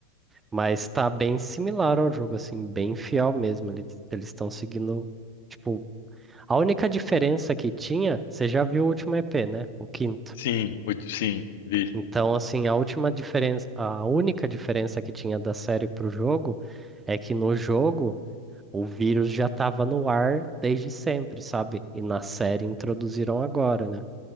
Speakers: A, on the right; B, on the left.
A: Mas tá bem similar ao jogo, assim, bem fiel mesmo. Eles eles estão seguindo, tipo, a única diferença que tinha, você já viu o último EP, né? O quinto.
B: Sim, muito, sim, vi.
A: Então, assim, a última diferença, a única diferença que tinha da série pro jogo é que no jogo o vírus já tava no ar desde sempre, sabe? E na série introduziram agora, né?